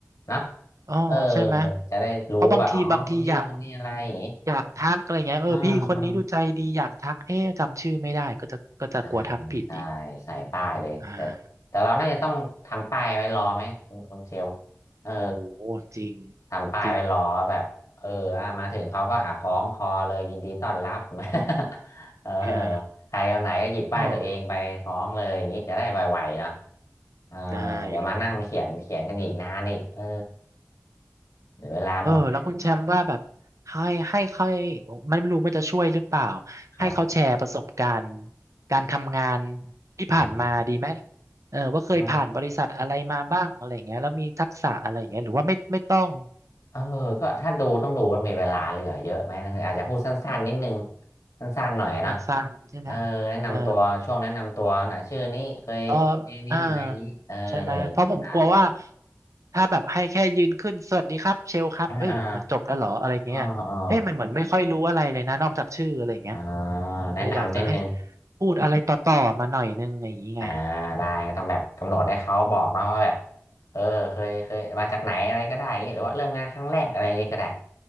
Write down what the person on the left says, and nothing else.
เนาะ
เออ จะได้รู้ว่าอ๋อคนนี้คนนี้อะไรอย่างงี้
อ่าอ่า ใช่ใช่ใส่ป้ายเลยแต่แต่เราน่าจะต้องทำป้ายไว้รอไหมคุณคุณเชล
เออ
ทำป้ายไว้รอว่าแบบเอออ่ะมาถึงเขาก็อ่ะคล้องคอเลยยินดีต้อนรับ
<laughs> เออ
ใครคนไหนก็หยิบป้ายตัวเองไปคล้องเลยอย่างนี้จะได้ไวๆนะ
เออ
เดี๋ยวมานั่งเขียนเขียนกันอีกนานอีกเออเดี๋ยวเวลาหมดอะไรอย่างนี้
ครับ
อ่า
อ๋อ เออก็ถ้าดูต้องดูว่ามีเวลาเหลือเยอะไหมนะอาจจะพูดสั้นๆนิดนึงสั้นๆหน่อยนะ
เออแนะนำตัวช่วงแนะนำตัวนะชื่อนี้เคยเรียนนี่อะไรอย่างนี้เออ
ได้
อ่าอ่าอ่าอ่าอ่าแนะนำนิดนึง
อ่าได้ก็ต้องแบบกำหนดให้เขาบอกเนาะว่าแบบเออเคยเคยมาจากไหนอะไรก็ได้อย่างนี้หรือว่าเริ่มงานครั้งแรกอะไรอย่างนี้ก็ได้